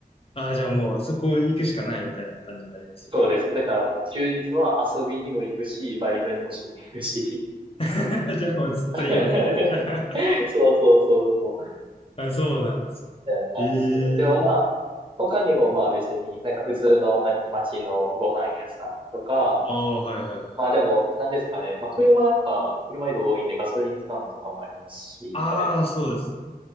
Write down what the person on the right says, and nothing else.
そうです。だからもう休日は遊びにも行くし、バイトにもしに行くし。
<laughs>
そうそうそうそう。
たいな感じですね。
でもまあ、
他にもまあ別に、なんか普通の、なんていうか、街のご飯屋さんとか、
まあでも、なんですかね。まあ車やっぱ、車移動多いんでガソリンスタンドとかもありますし、
いっぱい。